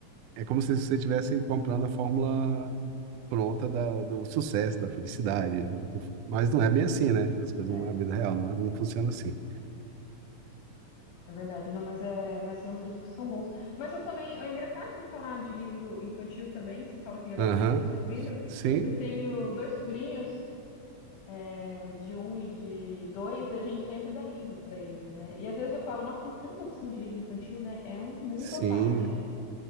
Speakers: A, on the right (about 75°); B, on the left (about 80°).
A: é, é como se você estivesse comprando a fórmula pronta da, do sucesso, da felicidade. né? Que- Mas não é bem assim, né? As coisas,
B: É,
A: não- a vida real não, é- não funciona assim.
B: é verdade, não, mas é, mas tem uns livros que são bons. Mas eu também, é engraçado você falar de livro infantil também, você fala que lê bastante
A: Aham,
B: pro seu filho,
A: sim,
B: que eu tenho dois sobrinhos é, de um e de dois, e a gente sempre dá livro para eles, né? E às vezes eu falo, nossa, tem tanta opção de livro infantil, né? É um mundo
A: sim.
B: à parte.